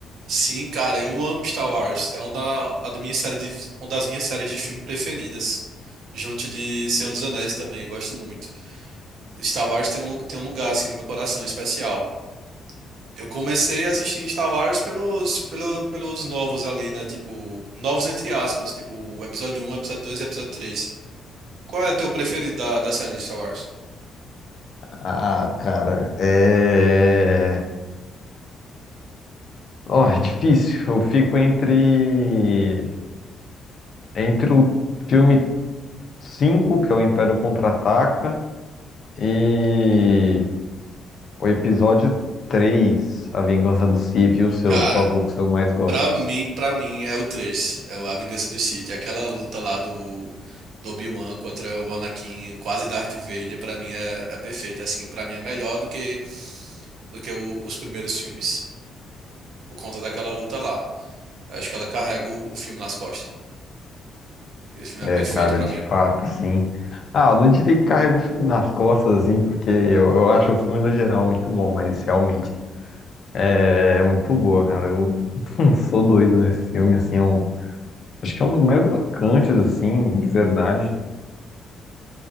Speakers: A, on the right; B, on the left.
A: Sim, cara, eu amo Star Wars. É uma da, a da minha série de, uma das minhas séries de filme preferidas. Junto de Senhor dos Anéis também, gosto muito. Star Wars tem um, lu- tem um lugar assim no meu coração especial. Eu comecei a assistir Star Wars pelos, pelo, pelos novos ali, né? Tipo, novos entre aspas, tipo, o episódio um, episódio 2, e episódio 3. Qual é o teu preferido da, da série de Star Wars?
B: Ah, cara, é. Ó, é difícil. Eu fico entre. Entre o filme 5, que é o Império Contra-Ataca, e. O episódio 3, A Vingança do Sith e os seus,
A: Cara.
B: qual que é o que você mais gosta?
A: Pra mim, pra mim é o 3 é o A Vingança do Sith. É Aquela luta lá do, do Obi-Wan contra o Anakin, quase Darth Vader, pra mim é, é perfeita, assim, pra mim é melhor do que do que o- os primeiros filmes, por conta daquela luta lá. Acho que ela carrega o, o filme nas costas. Aquele filme
B: É,
A: é perfeito
B: cara,
A: pra
B: de
A: mim.
B: fato, assim. Ah, eu não diria que carrega o filme nas costas, assim, porque eu, eu acho o filme no geral muito bom, mas realmente é é muito boa, cara. Eu <laughs> sou doido nesse filme, assim. é um- acho que é um dos mais marcantes, assim, de verdade,